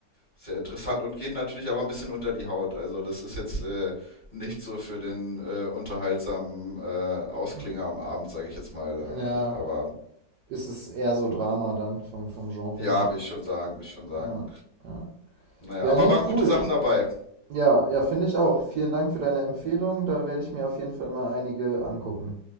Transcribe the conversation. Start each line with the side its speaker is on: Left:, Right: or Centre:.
Left: sehr interessant und geht natürlich aber ein bisschen unter die Haut. Also das ist jetzt äh, nicht so für den äh, unterhaltsamen äh, Ausklinger
Right: Mm,
Left: am Abend, sage ich jetzt mal.
Right: Ja,
Left: Äh, Aber
Right: ist es eher so Drama dann vom, vom Genre
Left: ja,
Right: her.
Left: will ich schon sagen, will ich schon sagen.
Right: Ja, ja.
Left: Naja,
Right: Ja,
Left: aber
Right: nee,
Left: waren gute
Right: cool.
Left: Sachen dabei.
Right: Ja, ja, finde ich auch. Vielen Dank für deine Empfehlung. Da werde ich mir auf jeden Fall mal einige angucken.